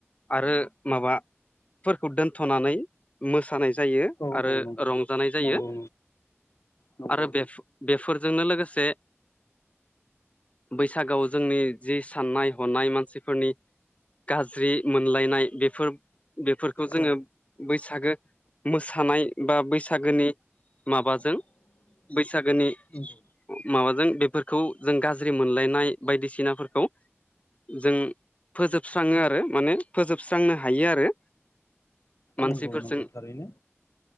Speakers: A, on the left (about 30°); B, on the left (about 75°).
A: आरो माबाफोरखौ दोनथ'नानै मोसानाय जायो
B: औ
A: आरो
B: औ नंगौ
A: रंजानाय जायो
B: नंगौ नंगौ नंगौ
A: आरो
B: नंगौ
A: बेफो बेफोर जोंनो लोगोसे बैसागोआव जोंनि जि साननाय हनाय मानसिफोरनि गाज्रि मोनलायनाय बेफोर बेफोरखौ जोङो
B: औ
A: बैसागो मोसानाय बा बैसागोनि माबाजों बैसागोनि
B: नंगौ
A: माबाजों बेफोरखौ जों गाज्रि मोनलायनाय बायदिसिनाफोरखौ जों फोजोबस्राङो आरो माने फोजोबस्रांनो हायो आरो मानसिफोरजों
B: नंगौ नंगौ थारैनो।